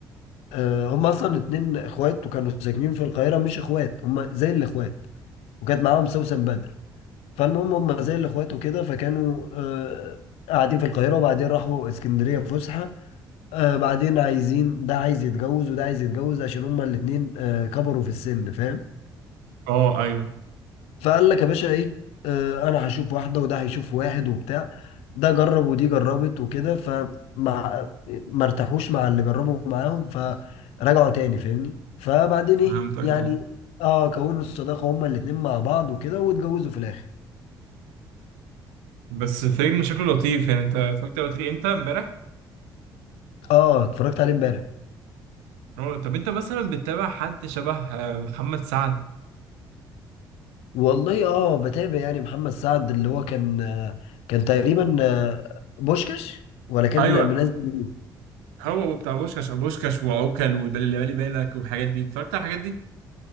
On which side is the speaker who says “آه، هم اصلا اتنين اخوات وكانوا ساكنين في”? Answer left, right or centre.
Left